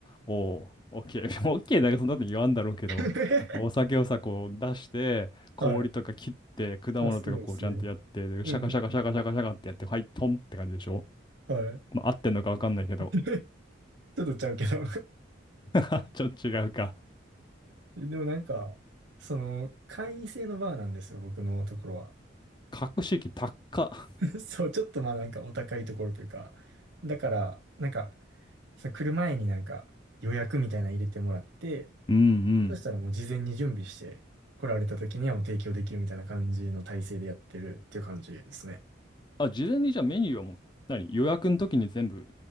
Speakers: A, on the left; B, on the right.
A: おお、オッケー、<laughs> オッケーなんかそんなこと言わんだろうけど、
B: <laughs>
A: お酒をさ、こう出して、氷とか切って、
B: はい。
A: 果物とかこうちゃんとやって、
B: あ、そうですね。
A: でシャカシャカシャカシャカシャカってやって、
B: うんうん
A: はい、トンって感じでしょ
B: うん。はい。
A: まあ、合ってんのかわかんないけど、
B: <laughs> ちょっとちゃうけど
A: <laughs> ちょっと違うか。
B: <laughs> でもなんか、その、会員制のバーなんですよ、僕のところは。
A: 格式高っ。
B: そう、ちょっとまあなんかお高いところというか、だから、なんか、さ、来る前になんか予約みたいなの入れてもらって、
A: うんう
B: そしたらもう事前に準備して、
A: ん。
B: 来られた時にはもう提供できるみたいな感じの体制でやってるっていう感じですね。
A: あ、事前にじゃあメニューはもう、何、予約の時に全部